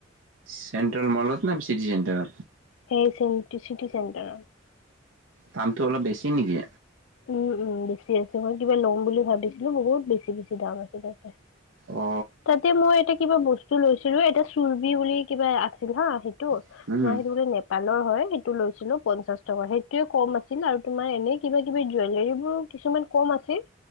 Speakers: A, on the right; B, on the left.
A: চেণ্ট্ৰেল মলত নে চিটি চেণ্টাৰ?
B: সেই চিটি চেণ্টাৰত।
A: দামটো অলপ বেছি নেকি?
B: উম উম বেছি আছে মই কিবা ল'ম বুলি ভাবিছিলো বহুত বেছি বেছি দাম আছিলে তাতে।
A: অ
B: তাতে মই এটা কিবা ব স্তু লৈছিলো এটা চুৰ্বি বুলি কিবা আছিল হা সেইটো
A: উম
B: মই সেইটো বোলে নে পালৰ হয় সেইটো লৈছিলো পঞ্চাশ টকা সেইটোয়ে কম আছিল আৰু তোমাৰ এনে কিবা কিবি জুৱেলেৰী বোৰ কিছুমান কম আছিল